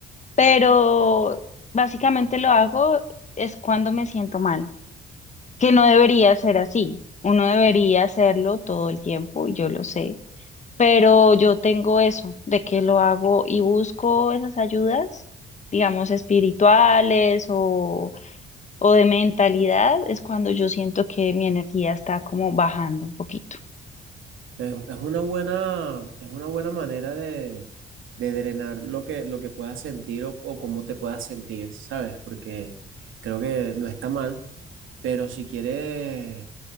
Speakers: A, on the left; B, on the right.
A: pero básicamente lo hago es cuando me siento mal, que no debería ser así. Uno debería hacerlo todo el tiempo y yo lo sé Pero yo tengo eso, de que lo hago y busco esas ayudas, digamos, espirituales o, o de mentalidad, es cuando yo siento que mi energía está como bajando un poquito.
B: Es, es una buena, es una buena manera de, de drenar lo que, lo que puedas sentir o, o cómo te puedas sentir, ¿sabes? Porque creo que no está mal, pero si quieres,